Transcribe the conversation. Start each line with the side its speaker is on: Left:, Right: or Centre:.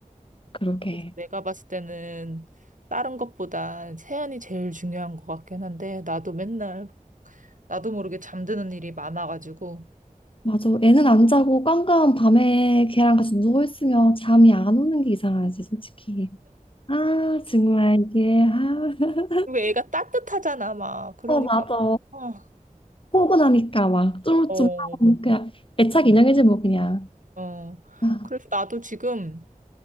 Left: 그러게.
Right: 그래서 내가 봤을 때는 다른 것보다 세안이 제일 중요한 것 같긴 한데 나도 맨날 나도 모르게 잠드는 일이 많아가지고
Left: 맞아. 애는 안 자고 깜깜 밤에 걔랑 같이 누워있으면 잠이 안 오는 게 이상하지, 솔직히. 아, 정말 이게. 아, <laughs>
Right: 그리고 애가 따뜻하잖아 막 그러니까
Left: 어, 맞아.
Right: 막 어.
Left: 포근하니까 막 쫄쫄하고
Right: 어.
Left: 그냥 애착 인형이지 뭐 그냥.
Right: 어.
Left: 아,
Right: 그래서 나도 지금